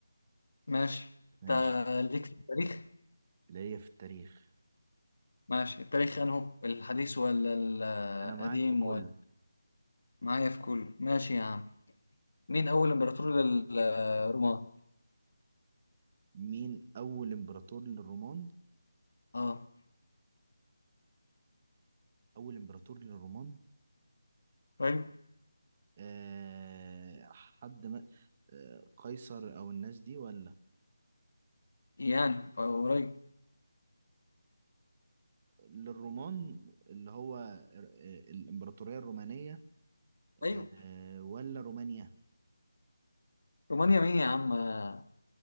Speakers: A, on the left; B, on the right.
A: ماشي انت
B: ماشي
A: ليك في التاريخ
B: ليا في التاريخ
A: ماشي التاريخ انه الحديث ولا القديم
B: انا معاك في كله
A: ولا معايا في كله ماشي يا عم مين اول امبراطور للرومان
B: مين اول امبراطور للرومان
A: اه
B: اول امبراطور للرومان
A: طيب
B: أه حد ما أه قيصر او الناس دي ولا
A: يعني أو قريب
B: للرومان اللي هو ال- الإمبراطورية الرومانية آه،
A: ايوه
B: آه، ولا رومانيا
A: رومانيا مين يا عم آه،